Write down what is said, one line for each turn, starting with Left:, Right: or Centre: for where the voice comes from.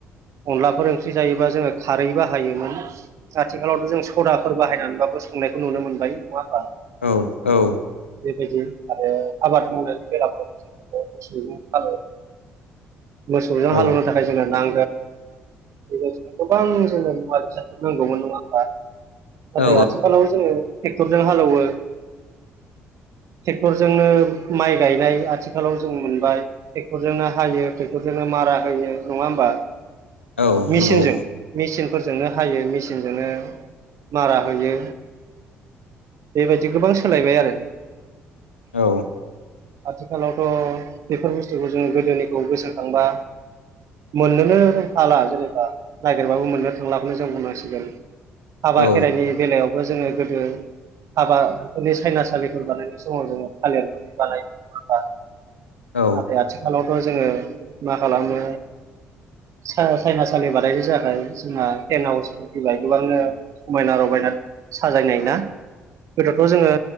Right: अनलाफोर ओंख्रि जायोबा जोङो खारै बाहायोमोन आथिखालावथ' जों सदाफोर बाहायनानैबाबो संनायखौ नुनो मोनबाय नङा होमबा।
Left: औ औ।
Right: बेबायदि आरो आबाद मावनाय फोराबो <unintelligible> मोसौजों
Left: औ
Right: हालेवनो थाखाय जोंनो नां <unintelligible> गोबां जोंनो मुवा फोरखौ नांगौमोन नङा होमबा। नाथाय
Left: औ
Right: आथिखालाव जोङो ट्रेक्टरजों हालेवो ट्रेक्टरजों नो माइ गायनाय आथिखालाव जों मोनबाय ट्रेक्टरजोंनो हायो जो मारा हो ना हब
Left: औ
Right: मिचिनजों
Left: नंगौ
Right: फोरजोंनो हायो मेसिनजोंनो मारा होयो बेबायदि गोबां सोलायबाय आरो
Left: औ
Right: आथिखालावथ' बेफोर बुस्थुखौ जों गोदोनिखौ गोसोखांबा मोननोनो हाला जेनेबा नागिरबाबो मोननो थांलाखौनो जों बुंनांसिगोन हाबा
Left: औ
Right: खेराइनि बेलायावबो जोङो गोदो हाबाफोरनि सायनासालिफोर बानायनाय समाव जोङो थालिरफोर बानाय बा
Left: औ
Right: नाथाय आथिखालावथ' जोङो मा खालामो साइनासालि बानायनो थाखाय जोंहा टेन हवस फैबाय गोबांनो समायना रमायना साजायनाय ना गोदोथ' जोङो